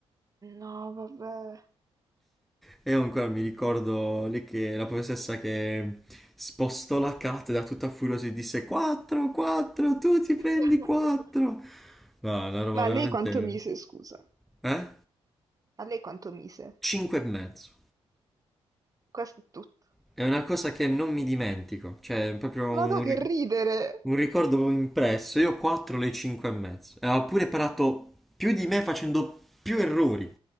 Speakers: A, on the right; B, in the centre.
A: No, vabbè.
B: E io ancora mi ricordo lì che la professoressa che spostò la cattedra tutta furiosa e disse 4, 4, tu ti prendi
A: <laughs>
B: 4. No, una roba
A: Ma
B: veramente...
A: a lei quanto mise, scusa?
B: Eh?
A: A lei quanto mise?
B: 5 e mezzo.
A: Questo è tutto.
B: È una cosa che non mi dimentico, cioè è proprio
A: Vado
B: un,
A: che
B: ri-
A: ridere!
B: un ricordo impresso. Io ho 4 le 5 e mezzo. E ha pure parato più di me facendo più errori.